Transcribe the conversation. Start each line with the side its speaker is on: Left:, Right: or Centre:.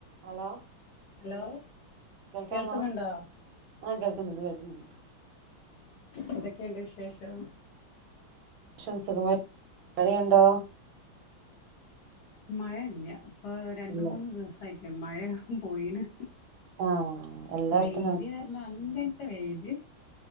Right: Hello
Left: hello
Right: കേൾക്കാമോ
Left: കേൾക്കുന്നുണ്ടോ
Right: ആ കേൾക്കുന്നുണ്ട് കേൾക്കുന്നുണ്ട്
Left: എന്തൊക്കെയുണ്ട് വിശേഷം
Right: ഷം സുഖമായി മഴയുണ്ടോ
Left: മഴ ഇല്ല ഇപ്പ രണ്ടു
Right: ഇല്ല
Left: മൂന്ന് ദിവസായി ക്കെ മഴ പോയിന്
Right: ആ എല്ലായിടത്തും
Left: വെയില്
Right: കണക്ക്
Left: കാരണം അങ്ങനത്തെ വെയില്